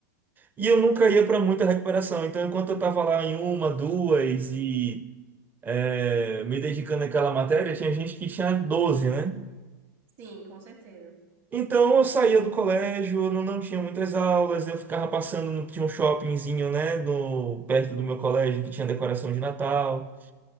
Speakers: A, on the right; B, on the right.
A: E eu nunca ia para muita recuperação, então enquanto eu tava lá em uma, duas e eh, me dedicando àquela matéria, tinha gente que tinha 12, né?
B: Sim, com certeza.
A: Então eu saía do colégio, eu não, não tinha muitas aulas, eu ficava passando no, tinha um shoppingzinho, né, no, perto do meu colégio que tinha decoração de Natal.